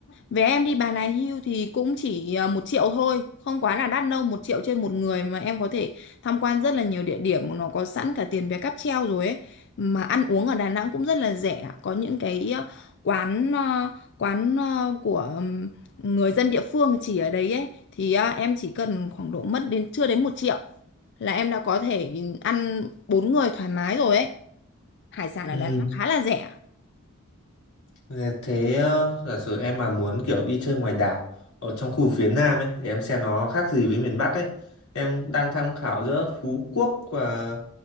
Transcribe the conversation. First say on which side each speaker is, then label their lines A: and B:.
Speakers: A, on the left; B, on the left.
A: vé em đi Bà Nà Hills thì cũng chỉ à, một triệu thôi không quá là đắt đâu một triệu trên một người mà em có thể tham quan rất là nhiều địa điểm nó có sẵn cả tiền vé cáp treo rồi ấy mà ăn uống ở Đà Nẵng cũng rất là rẻ có những cái à, quán ờ, quán ờ, của người dân địa phương chỉ ở đấy ấy thì à, em chỉ cần khoảng độ mất đến chưa đến một triệu là em đã có thể ăn bốn người thoải mái rồi ấy hải sản
B: Ừ.
A: ở Đà Nẵng khá là rẻ
B: Thế thế, ờ, giả sử em mà muốn kiểu đi chơi ngoài đảo ở trong khu phía Nam ấy để em xem nó khác gì với miền Bắc ấy. Em đang tham khảo giữa Phú Quốc và